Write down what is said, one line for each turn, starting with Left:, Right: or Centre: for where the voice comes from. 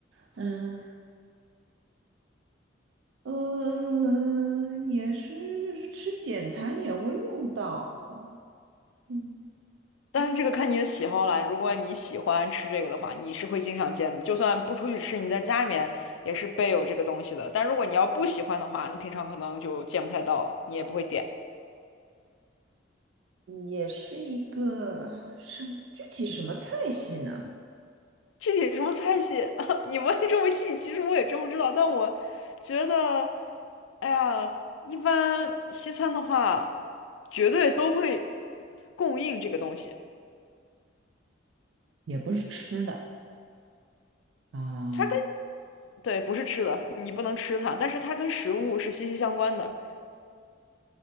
Right: 嗯，嗯，也是，就是吃简餐也会用到，嗯，
Left: 但是这个看你的喜好啦。如果你喜欢吃这个的话，你是会经常见的，就算不出去吃，你在家里面也是备有这个东西的。但如果你要不喜欢的话，那平常可能就见不太到了，你也不会点。
Right: 也是一个什具体什么菜系呢？
Left: 具体什么菜系，<laughs> 你问这么细，其实我也真不知道，但我觉得。哎呀，一般西餐的话，绝对都会供应这个东西。
Right: 也不是吃的啊，
Left: 它跟，对，不是吃的，你不能吃它，但是它跟食物是息息相关的。